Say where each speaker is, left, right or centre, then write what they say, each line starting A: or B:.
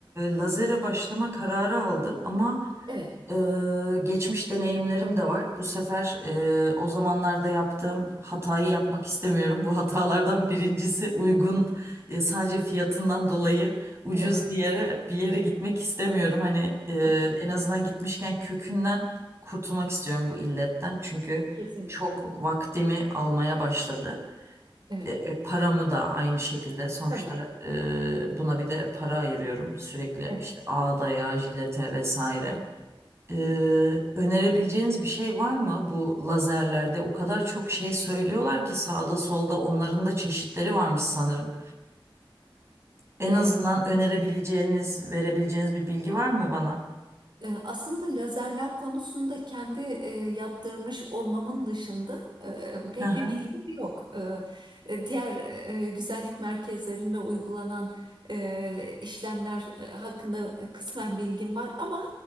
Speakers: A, on the right; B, on the right.
A: lazere başlama kararı aldım ama
B: Evet,
A: Ee, geçmiş deneyimlerim de var. Bu sefer e, o zamanlarda yaptığım hatayı yapmak istemiyorum. Bu hatalardan birincisi uygun e, sadece fiyatından dolayı ucuz
B: evet.
A: bir yere bir yere gitmek istemiyorum. Hani e,
B: Tabii,
A: en azından gitmişken kökünden kurtulmak istiyorum bu illetten. Çünkü
B: kesinlikle.
A: çok vaktimi almaya başladı.
B: Evet,
A: E, e, paramı da aynı şekilde sonuçta
B: tabii.
A: e, buna bir de para ayırıyorum sürekli
B: Evet.
A: işte ağdaya, jilete vesaire. Ee, önerebileceğiniz bir şey var mı bu lazerlerde? O kadar çok şey söylüyorlar ki sağda solda onların da çeşitleri varmış sanırım. En
B: E,
A: azından önerebileceğiniz, verebileceğiniz bir bilgi var mı bana?
B: E, Aslında lazerler konusunda kendi e, yaptırmış olmamın dışında e, pek
A: Hı hı.
B: bir bilgim yok. E, e, diğer e, güzellik merkezlerinde uygulanan e, işlemler e, hakkında e, kısmen bilgim var ama